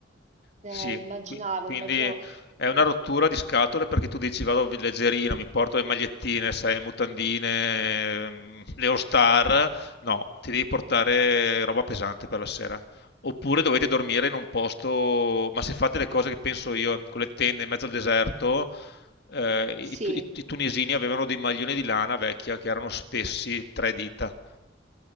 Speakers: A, on the right (about 40°); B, on the left (about 60°).
A: eh,
B: Sì,
A: immaginavo,
B: qui- quindi
A: immaginavo.
B: è una rottura di scatole perché tu dici vado leggerino, mi porto le magliettine, sai, mutandine, ehm, le All-Star. No, ti devi portare roba pesante per la sera. Oppure dovete dormire in un posto, ma se fate le cose che penso io, con le tende in mezzo al deserto, eh, i,
A: Sì.
B: tu- i- i tunisini avevano dei maglioni di lana vecchia che erano spessi tre dita.